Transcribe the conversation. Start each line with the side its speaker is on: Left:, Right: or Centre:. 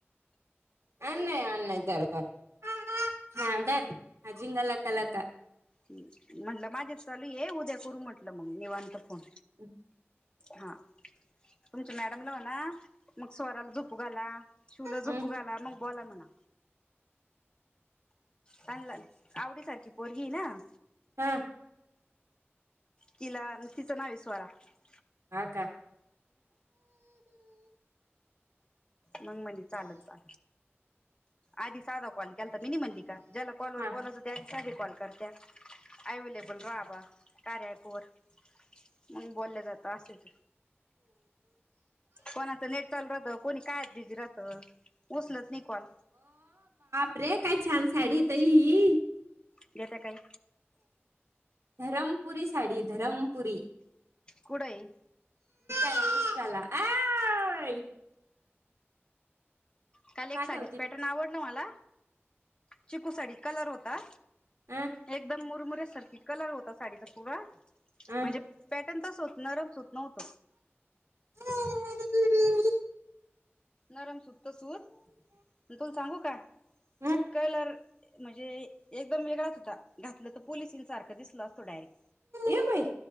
Right: आंण नाहीं, आंण नाहीं दर घरं हा धर जिंगलकालाल का
Left: ह म्हटलं माझेच चालूं ये उद्या करू म्हटलं, मंग निवांत करूं फोन.
Right: हम्
Left: हा तुमच्यां मॅडमला म्हंणा मंग स्वराला झोपू घाला. शिवलां झोपू
Right: हं
Left: घाला, मंग बोला म्हणा? पणला आवडी सारखी पोरगी आहे नां
Right: हम
Left: किला तिचा नाही विश्वरा... <unintelligible>
Right: हा का?
Left: मग मणे चालत जा, आधी साधा कॉल केलता मिनी म्हणली का, ज्याला कॉलवर
Right: हा
Left: बोलायचं होत साधे कॉल करत्या, अवेलेबल राहावा कार्या ॲप वर मग बोललं जातं असेच कोणाचं नेट चालू राहतं, कोणी काय बिझी राहतं उचलत नाही कॉल.
Right: अरे काय छान साडीे ताई ही
Left: घेता काय?
Right: धरमपुरी साडी धरमपुरी
Left: कुठंय
Right: <unintelligible>
Left: काल एक
Right: पाठवते
Left: साडीच पॅटर्न आवडलं मला, चिकू साडी कलर होता.
Right: अ
Left: एकदम मुरमुऱ्यासारखी कलर होता साडीचा पुरा,
Right: अ
Left: म्हणजे पॅ अत्यंत सु नरम सुत नव्हतो.
Right: <unintelligible>
Left: नरम सूत् सूत तुला सांगू का?
Right: अ
Left: कलर म्हणजे एकदम वेगळाच होता, घातलं तर पोलिसीं सारखं दिसलं असतो डायरेक्ट
Right: ये बाई